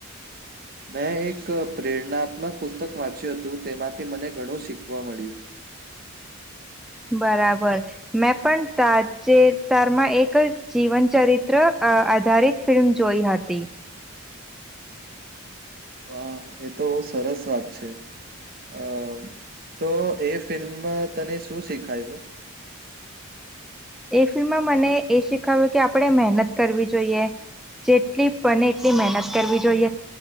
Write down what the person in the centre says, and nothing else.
હ બરાબર મેં પણ તાં જે સ્તારમાં એક જીવન ચરિત્ર આધારિત ફિલ્મ જોઈ હતી.
એ ફિલ્મમાં મને એ શીખાવ્યું કે આપણેે મહેનત કરવી જોઈએ જેટલી બને એટલી મહેનત કરવી જોઈએ